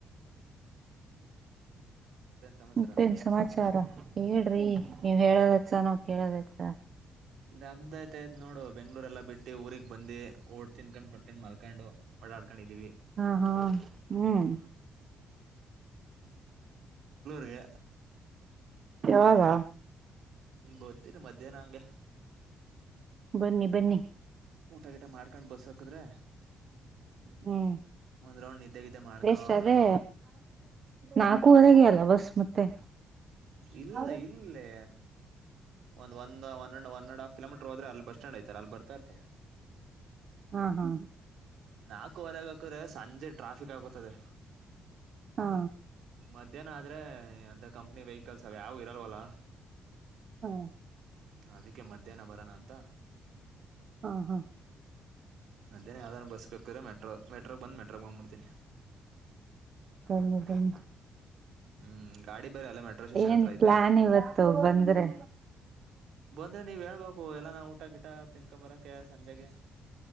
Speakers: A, on the right; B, on the right.
A: ಮತ್ತೇನ್ ಸಮಾಚಾರ
B: ಮತ್ತೇನ್ ಸಮಾಚಾರ ಹೇಳ್ರಿ ನೀವ್ ಹೇಳೋದಚ್ಚ ನಾವ್ ಕೇಳೋದಚ್ಚ
A: ನಮ್ದಯ್ತ ಆಯ್ತ್ ನೋಡು ಬೆಂಗ್ಳೂರ್ ಎಲ್ಲಾ ಬಿಟ್ಟು ಊರಿಗೆಗ್ ಬಂದಿ ಓಡ್ ತಿನ್ಕೊಂಡ್ ಬರ್ಕೊಂಡ್ ಮಲ್ಕೊಂಡು ಓಡಾಡ್ಕೊಂಡಿದೀವಿ
B: ಹಾ ಹಾ ಹ್ಮ್
A: ತೆ
B: ಯಾವಾಗ
A: ಹ್ಮ ಬೊತೀರಿ ಮಧ್ಯಾಹ್ನ ಹಂಗೆ
B: ಬನ್ನಿ ಬನ್ನಿ
A: ಊಟ ಗಿಟ ಮಾಡ್ಕೊಂಡ್ ಬಸ್ ಹಾಕದ್ರೆ
B: ಹ್ಮ್
A: ಒಂದ್ ರೌಂಡ್ ನಿದ್ದೆ ಗಿದ್ದೆ ಮಾಡ್ಕೊಂಡಿದೆ
B: ಬೆಷ್ಟ ಅದೇ ನಾಲ್ಕೂ ಹೊರೆಗೆ ಅಲ್ಲ ಬಸ್ ಮತ್ತೆ
A: ಇಲ್ಲ
B: ಹಾ
A: ಇಲ್ಲೇ ಒಂದ್ ಒಂದ್ ಒ್ ಒ ಅಂಡ್ ಹಫ್ ಕಿಲೋಮೀಟರ್ ಹೋದ್ರೆ ಅಲ್ಲಿ ಬಸ್ ಸ್ಟ್ಯಾಂಡ್ ಐತಾರೆ ಅಲ್ಲಿ ಬರ್ತಾ ಇರ್ತಾರೆ
B: ಹಾ ಹಾ
A: ನಾಲ್ಕುವರೆಗಕ್ರೆ ಸಂಜೆ ಟ್ರಾಫಿಕ್ ಆಗತದೆ
B: ಹಾ
A: ಮಧ್ಯಾಹ್ನ ಆದ್ರೆ ಅಂತ ಕಂಪ್ಿ ವೈ ಕೆಲ್ಸಾವ ಯಾವ ಇರಲ್ವಲ್ಲ
B: ಹಾ
A: ಅದಕ್ಕೆ ಮಧ್ಯಾಹ್ನ ಬರಣ ಅಂತ
B: ಹಾ ಹಾ
A: ನಂತೇನೆ ಯಾವ್ದಾರ ಬಸ್ ಕಕಿದ್ರೆ ಮೆಟ್ರೋ ಮೆಟ್ರಗೆ ಬಂದು ಮೆಟ್ರೋಗೆ ಹೋಗ್ಬಿಡ್ತೀನಿ
B: ಸರಿ ಬನ್ನಿ
A: ಹ್ಮ್ ಗಾಡಿ ಬೇರೆ ಅಲ್ಲ ಮೆಟ್ರೋ ಸ್ಟೇಷನ್
B: ಏನ್
A: ಹತ್ರ ಐತೆ
B: ಪ್ಲಾನ್ ಇವತ್ತು ಬಂದ್ರೆ
A: ಬಂದ್ರೆ ನೀವ್ ಹೇಳ್ಬೇಕು ಎಲ್ಲ ನಾ ಊಟ ಗಿಟ ತಿನ್ಕೊಂಬರಕ್ಕೆ ಸಂಜೆಗೆ